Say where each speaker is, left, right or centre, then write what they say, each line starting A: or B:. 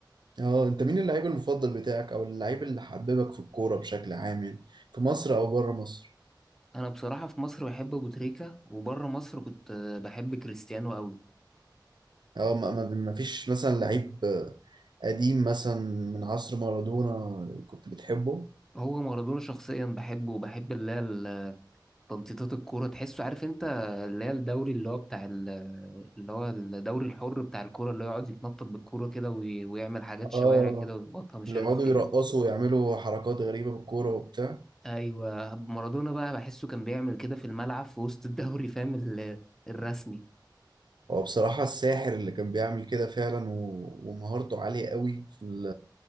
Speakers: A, on the right; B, in the centre.
A: اه انت مين اللعيب المفضل بتاعك او اللعيب اللي حببك في الكوره بشكل عام يعني في مصر او بره مصر
B: انا بصراحه في مصر بحب ابو تريكه وبره مصر كنت آه، بحب كريستيانو قوي
A: اه ما ما- ما فيش مثلا لعيب آه، قديم مثلا من عصر مارادونا كنت بتحبه
B: هو مارادونا شخصيا بحبه وبحب اللي هي ال- تنطيطات الكوره تحسه عارف انت اللي هي الدوري اللي هو بتاع ال- اللي هو الدوري الحر بتاع الكوره اللي هو يقعد يتنطط بالكوره كده وي- ويعمل حاجات شوارع
A: اه
B: كده ويخبطها مش
A: اللي
B: عارف
A: يقعدوا
B: فين
A: يرقصوا ويعملوا حركات غريبة بالكورة وبتاع
B: ايوه مارادونا بقى بحسه كان بيعمل كده في الملعب في وسط الدوري فاهم ال- الرسمي
A: هو بصراحة الساحر اللي كان بيعمل كده فعلا و... ومهارته عالية قوي في ال...